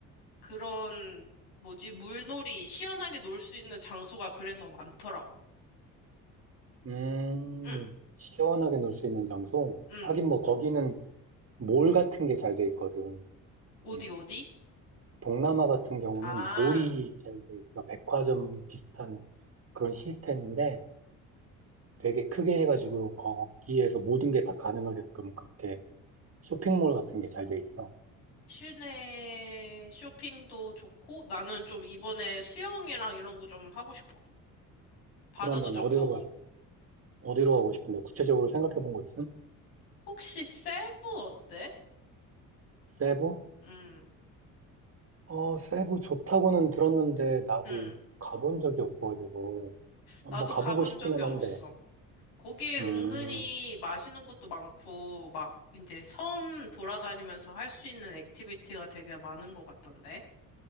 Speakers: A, on the left (about 85°); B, on the right (about 35°).
A: 그런 뭐지 물놀이 시원하게 놀 수 있는 장소가 그래서 많더라고.
B: 음,
A: 응,
B: 시원하게 놀 수 있는 장소?
A: 응.
B: 하긴 뭐 거기는 몰 같은 게 잘 돼 있거든.
A: 어디
B: 음,
A: 어디?
B: 동남아 같은 경우는
A: 아,
B: 몰이 잘 돼 있어. 백화점 비슷한 그런 시스템인데 되게 크게 해가지고 거기에서 모든 게 다 가능하게끔 그렇게 쇼핑몰 같은 게 잘 돼 있어.
A: 실내 쇼핑도 좋고 나는 좀 이번에 수영이랑 이런 거 좀 하고 싶어. 바다도
B: 그러면
A: 좀
B: 어디로
A: 보고.
B: 가, 어디로 가고 싶은데 구체적으로 생각해 본 거 있음?
A: 혹시 세부 어때?
B: 세부?
A: 응,
B: 어, 세부 좋다고는 들었는데 나도
A: 응.
B: 가본 적이 없어가지고 한번
A: 나도
B: 가보고
A: 가본
B: 싶기는
A: 적이 없어.
B: 한데
A: 거기에
B: 음,
A: 은근히 맛있는 것도 많고, 막 이제 섬 돌아다니면서 할 수 있는 액티비티가 되게 많은 것 같던데.